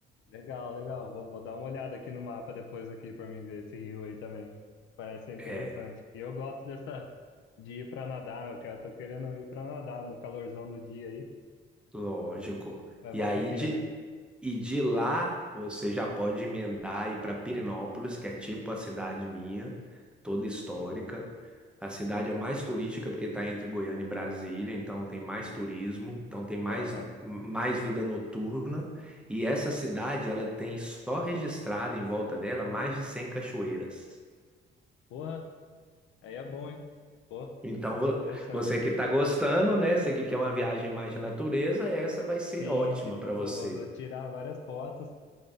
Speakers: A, on the left; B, in the centre.
A: Legal, legal. Vou, vou dar uma olhada aqui no mapa depois aqui para mim ver esse rio aí também. Parece ser interessante.
B: É,
A: E eu gosto dessa de ir para nadar, eu quero, tô querendo ir para nadar no calorzão do dia aí,
B: lógico.
A: vai
B: E
A: valer
B: aí
A: a pena.
B: de, E de lá você já pode emendar e ir para Pirenópolis, que é tipo a cidade minha, toda histórica. A cidade é mais turística porque está entre Goiânia e Brasília, então tem mais turismo, então tem mais,
A: Aham.
B: mais vida noturna. E essa cidade, ela tem só registrada em volta dela mais de 100 cachoeiras.
A: Porra, aí é bom, hein? Pô,
B: Então vo-
A: interessante.
B: você que está gostando, né? Você que quer uma viagem mais de natureza, essa vai ser
A: Sim,
B: ótima
A: sim.
B: para
A: Pô,
B: você.
A: vou, vou tirar várias fotos.